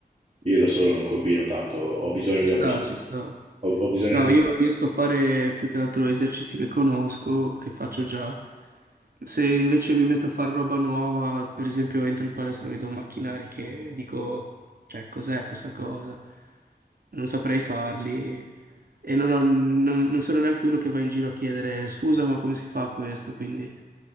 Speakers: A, on the right; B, on the right.
A: io da solo non combino tanto. Ho bisogno
B: Ci
A: di una
B: sta,
A: persona.
B: ci sta.
A: Ho, ho bisogno
B: No,
A: di
B: io riesco a fare più che altro esercizi che conosco, che faccio già. Se invece mi metto a fare roba nuova, per esempio entro in palestra e vedo macchinari che dico, cioè, cos'è questa cosa? Non saprei farli. E non, ho- non non sono neanche uno che va in giro a chiedere scusa, ma come si fa questo? Quindi...